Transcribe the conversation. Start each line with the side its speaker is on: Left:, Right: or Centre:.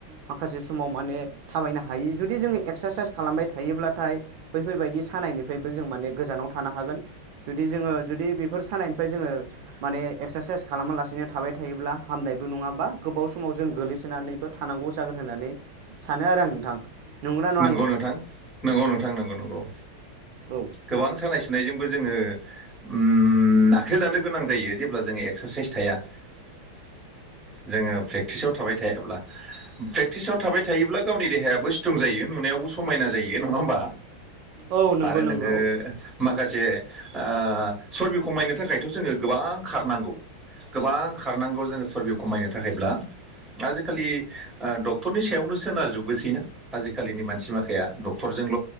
Right: माखासे बे समाव माने थाबायनो हायि जुदि जोङो एक्सारसाइस खालामबाय थायोब्लाथाय बैफोरबायदि सानायनिफ्रायबो जों माने गोजानाव थानो हागोन जुदि जोंओ जुदि बेफोर सानायनिफ्राय जोंओ माने एक्सारसाइस खालामालासिनो थाबाय थायोब्ला हामनायबो नङाबा गोबाव समाव जों गोग्लैसोनानैबो थानांगौ जागोन होननानै सानो आरो आं नोंथां। नंगौना नङा
Centre: नंगौ नोंथां नंगौ नोंथां नंगौ नंगौ।
Right: औ
Centre: गोबां सानाय सु सुनायजोंबो जोङो उम नाख्रेबजानो गोनां जायो जेब्ला जोङो एक्सारसाइस थाया। <inaudible> जोङो प्रेक्टिसाव थाबाय थायाब्ला प्रेक्टिसाव थाबाय थायोब्ला गावनि देहायाबो स्ट्रं जायो। नुनायावबो समायना जायो नंआ होमबा
Right: औ नंगौ
Centre: आरो नोंओ
Right: नंगौ
Centre: माखासे जे ओ सरबि खमायनो थाखायथ' जोङो गोबां खारनांगौ। गोबां खारनांगौ जोङो सरबि खमायनो थाखायब्ला। आजिखालि ओ डक्टरनि सायावनो सोनार जुबोसैना आजि आथि खालिनि मानसि माखाया डक्टरजोंल'